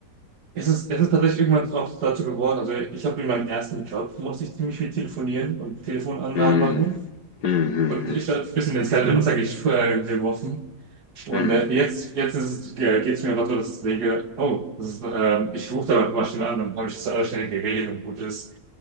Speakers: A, on the right (about 75°); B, on the left (about 80°).
A: Es ist, es ist tatsächlich irgendwann auch dazu geworden. Also ich habe in meinem ersten Job musste ich ziemlich viel telefonieren und Telefonanlagen
B: Hm.
A: machen.
B: Hm, hm,
A: Und ich habe ein bisschen ins kalte Wasser Mhm. gesch- äh, geworfen. Und
B: hm,
A: äh, jetzt, jetzt ist es, geht es mir einfach so, dass ich denke, oh, das ist, ähm, ich rufe da mal schnell an, dann habe ich das alles schnell geregelt und gut ist.